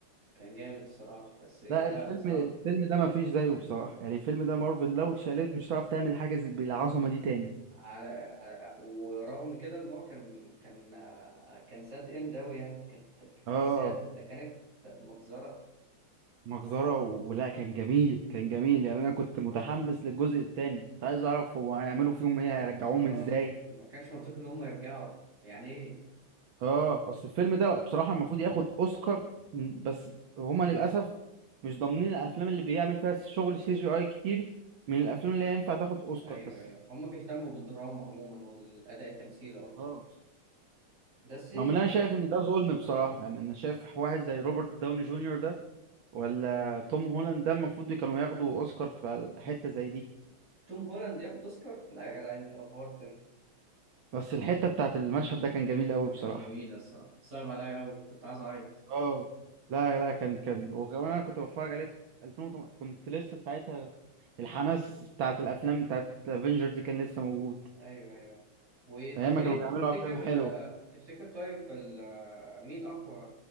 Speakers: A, on the right; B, on the right.
A: كان جامد الصراحة بس لا
B: لا الفيلم
A: صعب
B: الفيلم ده ما فيش زيه بصراحة يعني الفيلم ده مارفل لو اتشقلبت مش هتعرف تعمل حاجة زي- بالعظمة دي تاني
A: على, على ورغم كده ان هو كان كان آه، كان ساد اند اوي يعني كانت مش
B: اه
A: ساد ده كانت مجزرة
B: مجزرة و- ولا كان جميل كان جميل يعني انا كنت متحمس للجزء التاني كنت عايز اعرف هو هيعملوا فيهم ايه هيرجعوهم
A: اه
B: ازاي
A: ما كانش منطقي ان هم يرجعوا يعني ايه
B: اه اصل الفيلم ده لأ، بصراحة المفروض ياخد اوسكار م، بس هما للاسف مش ضامنين الافلام اللي بيعمل فيها شغل سي جي اي كتير من الافلام اللي هي ينفع تاخد اوسكار
A: ايوه
B: بس
A: ايوه هم بيهتموا بالدراما عموما والاداء التمثيلي اكتر
B: اه
A: بس
B: رغم ان انا شايف ان ده ظلم بصراحة يعني انا شايف واحد زي روبرت داوني جونيور ده ولا توم هولاند ده المفروض كانوا ياخدوا اوسكار في حتة زي دي
A: توم هولاند ياخد اوسكار لا يا جدع انت افورت انت
B: بس الحتة بتاعت المشهد ده كان جميل قوي
A: كانت
B: بصراحة
A: جميلة الصراحة صعب عليا اوي كنت عايز اعيط
B: اه لا لا كان كان وكمان انا كنت بتفرج عليه في 2008 كنت لسه ساعتها الحماس بتاعت الافلام بتاعت افنجر دي كان لسه موجود
A: ايوه ايوه وطب
B: ايام ما
A: ايه
B: كانوا بيعملوا
A: تفتكر
B: افلام حلوه
A: تفتكر طيب ال- مين اقوى